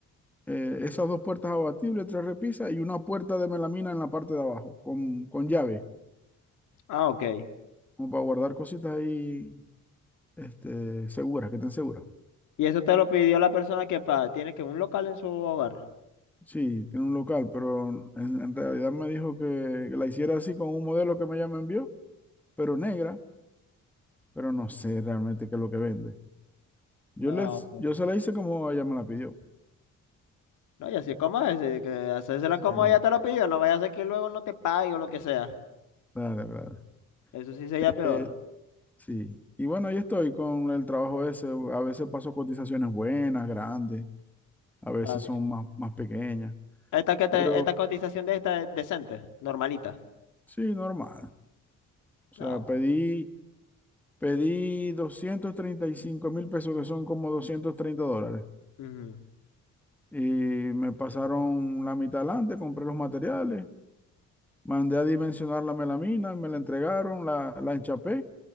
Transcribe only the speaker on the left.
Ah, ok.
Y eso te lo pidió la persona que pa- tiene que un local en su hogar.
Ah,
ok.
No, y así como es, eh, que hacérsela
como ella te lo pidió, no vaya a ser que luego no te pague o lo que sea.
Eso sí sería
peor.
Está bien.
Esta, que te-
esta cotización de esta es decente, normalita.
Ah,
bueno. Ujú,